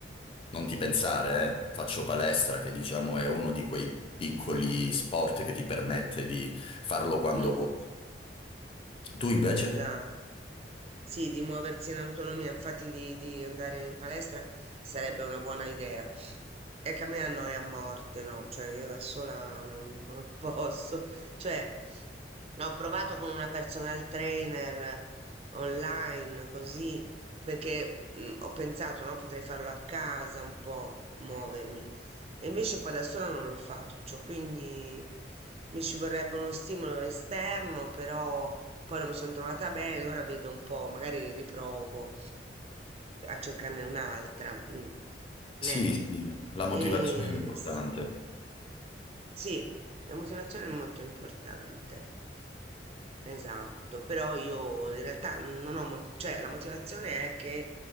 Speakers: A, on the left (about 30°); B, on the right (about 35°).
A: Non ti pensare, eh, faccio palestra, che diciamo è uno di quei piccoli sport che ti permette di farlo quando
B: Mm.
A: vuoi. Tu invece?
B: Esatto. Sì, di muoversi in autonomia, infatti di, di andare in palestra sarebbe una buona idea. È che a me annoia a morte, no? Cioè io da sola non, non <laughs> posso. Cioè, ho provato con una personal trainer online, così, perché mm, ho pensato, no, potrei farlo a casa un po', muovermi. E invece poi da sola non lo faccio, quindi mi ci vorrebbe uno stimolo esterno, però poi non mi sono trovata bene, ora vedo un po', magari riprovo a cercarne un'altra. mm.
A: Sì,
B: Eh,
A: sì, la motivazione
B: Sì. e
A: è importante.
B: s- sì, la motivazione è molto importante. Esatto, però io in realtà non ho, mo- cioè la motivazione è che